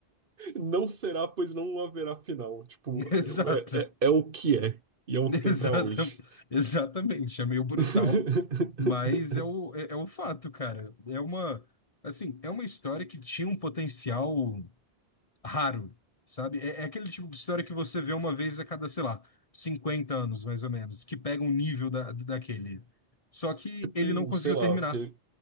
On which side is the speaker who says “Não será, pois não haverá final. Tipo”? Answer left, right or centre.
Right